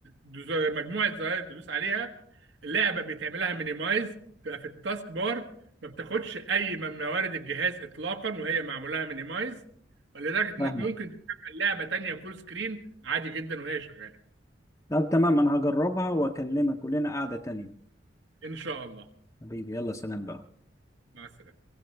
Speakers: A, on the right; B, on the left.
A: مجموعه زراير تدوس عليها اللعبه بتعملها مينيمايز تبقى في التاسك بار ما بتاخدش اي من موارد الجهاز اطلاقا وهي معمولها مينيمايز ولدرجه
B: فاهمك
A: انك ممكن تشغل لعبه تانية فول سكرين عادي جدا وهي شغاله
B: طب تمام انا هجربها واكلمك ولنا قعدة تانية
A: ان شاء الله
B: حبيبي يلا سلام بقى
A: مع السلامه